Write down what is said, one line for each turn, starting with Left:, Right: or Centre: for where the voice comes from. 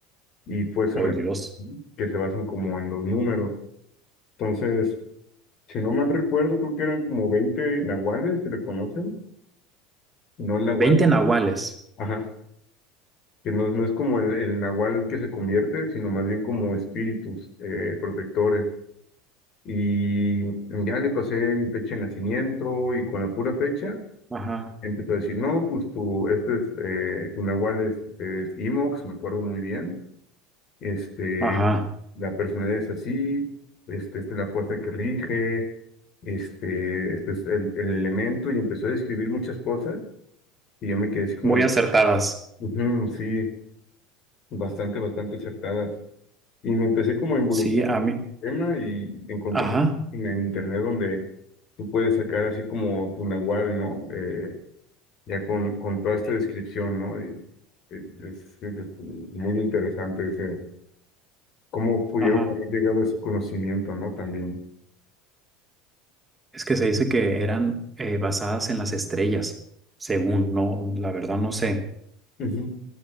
Left: y pues re-
Right: ¡Ay, Dios!
Left: que se basan como en los números. Entonces, si no mal recuerdo, creo que eran como 20 nahuales, se le conocen, no el nahual,
Right: veinte nahuales.
Left: ajá, que no, no es como el, el nahual que se convierte, sino más bien como espíritus eh, protectores. Y ya le pasé mi fecha de nacimiento y con la pura fecha.
Right: Ajá,
Left: empezó a decir, no, pues tu, este es, eh, tu nahual es, es Imox, me acuerdo muy bien, este,
Right: ajá.
Left: la personalidad es así, este, esta es la fuerza que rige, este, este es el, el elemento, y empezó a describir muchas cosas, y yo me quedé así como
Right: Muy
Left: de,
Right: acertadas.
Left: "Ujú, sí, bastante, bastante acertadas, y me empecé como a involucrar
Right: Sí, a mí.
Left: en el tema, y encontré
Right: Ajá,
Left: en el internet donde tú puedes sacar así como tu nahual, ¿no? Eh, ya con, con toda esta descripción, ¿no? Y, eh, es, es muy interesante ese, cómo pudieron
Right: ajá.
Left: haber llegado a ese conocimiento, ¿no? También.
Right: Es que se dice que eran eh, basadas en las estrellas, según, no, la verdad no sé.
Left: Ujú.